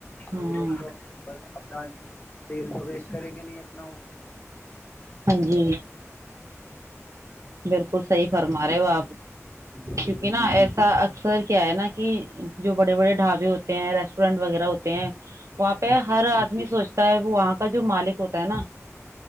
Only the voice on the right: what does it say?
ہوں
ہاں جی
بالکل صحیح فرما رہے ہو آپ
کیونکہ نا ایسا اکثر کیا ہے نا کہ جو بڑے بڑے ڈھابے ہوتے ہیں ریسٹورینٹ وغیرہ ہوتے ہیں وہاں پہ
ہر
آدمی سوچتا وہ وہاں کا جو مالک ہوتا ہے نا